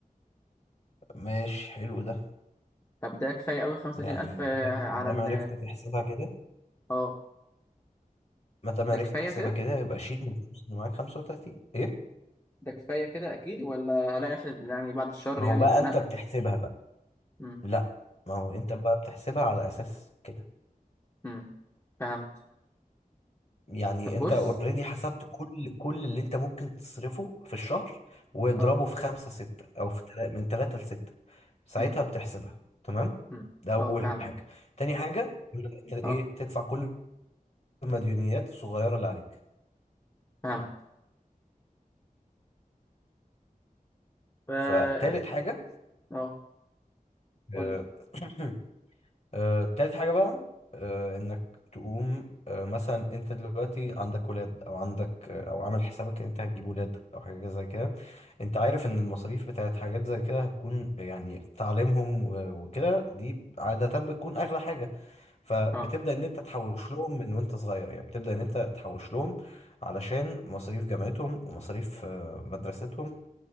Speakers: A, on the left; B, on the left.
A: فماشي حلو ده
B: طب ده كفايه قوي 35000
A: يعني ما
B: آه،
A: دام
B: على
A: ما دام
B: ال
A: عرفت تحسبها كده
B: اه
A: ما دام
B: ده
A: عرفت
B: كفاية
A: تحسبها
B: كده
A: كده يبقى شيل من الفلوس اللي معاك 35 ايه
B: ده كفاية كده أكيد ولا هلاقي نفسي يعني بعد الشر
A: ما
B: يعني
A: هو بقى
B: اتزنقت
A: انت بتحسبها
B: مم.
A: لا ما هو انت بقى بتحسبها على اساس كده
B: مم. فهمت
A: يعني
B: طب
A: انت
B: بص
A: اوريدي حسبت كل كل اللي انت ممكن تصرفه في الشهر واضربه
B: اه
A: في خمسة ستة او في تلا- من تلاتة لستة ساعتها
B: مم.
A: بتحسبها تمام
B: مم.
A: ده اول
B: اه فهمت
A: حاجة تاني حاجة انت
B: اه
A: ايه تدفع كل المديونيات الصغيرة اللي عليك
B: فهمت ف اه
A: فتالت حاجة
B: آه، قول
A: آه،
B: لي
A: <clears throat> آه، تالت حاجة بقى آه، إنك تقوم آه، مثلا أنت دلوقتي عندك ولاد أو عندك آه، أو عامل حسابك إن أنت هتجيب ولاد أو حاجة زي كده أنت عارف إن المصاريف بتاعت حاجات زي كده هتكون يعني تعليمهم و- وكده دي عادة بتكون أغلى حاجة فبتبدأ
B: اه
A: إن أنت تحوش لهم من وأنت صغير يعني بتبدأ إن أنت تحوش لهم علشان مصاريف جامعتهم ومصاريف آه، مدرستهم